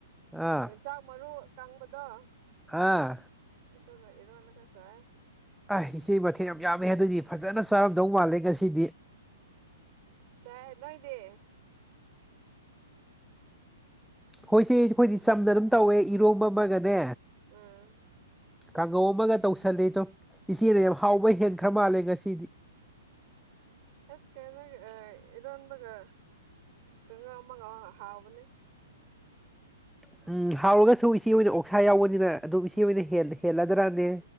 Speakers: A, in the centre; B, on the right.
A: ꯑꯥ
B: ꯌꯦꯟꯁꯥꯛ ꯃꯔꯨ ꯀꯪꯕꯗꯣ
A: ꯑꯥ
B: ꯑꯗ ꯏꯔꯣꯅ ꯀꯁ
A: ꯑ ꯏꯆꯦ ꯃꯊꯦꯜ ꯌꯥꯝ ꯌꯥꯝꯃꯦ ꯑꯗꯨꯏꯗꯤ ꯐꯖꯅ ꯆꯥꯔꯝꯗꯧ ꯃꯥꯜꯂꯦ ꯉꯁꯤꯗꯤ
B: ꯇꯥꯏ ꯅꯣꯏꯗ
A: ꯍꯣꯏꯁꯦ ꯑꯩꯈꯣꯏꯗꯤ ꯆꯝꯅ ꯑꯗꯨꯝ ꯇꯧꯋꯦ ꯏꯔꯣꯝꯕ ꯑꯃꯒꯅꯦ
B: ꯎꯝ
A: ꯀꯥꯡꯒꯧ ꯑꯃꯒ ꯇꯧꯁꯜꯂꯤ ꯑꯗꯨꯣ ꯏꯆꯦꯅ ꯌꯥꯝ ꯍꯥꯎꯕꯩ ꯍꯦꯟꯒꯠ ꯈꯔ ꯃꯥꯜꯂꯦ ꯉꯁꯤꯗꯤ
B: ꯑꯁ ꯀꯥꯏꯅ ꯏꯔꯣꯟꯕꯒ ꯀꯉ ꯃꯉ ꯍꯥꯎꯕꯅꯦ
A: <inaudible> ꯎꯝ ꯍꯥꯎꯔꯒꯁꯨ ꯏꯆꯦ ꯑꯣꯏꯅ ꯑꯣꯛꯁꯥ ꯌꯥꯎꯕꯅꯤꯅ ꯑꯗꯨꯝ ꯏꯆꯦ ꯑꯣꯏꯅ ꯍꯦꯜꯂꯗ꯭ꯔꯅꯦ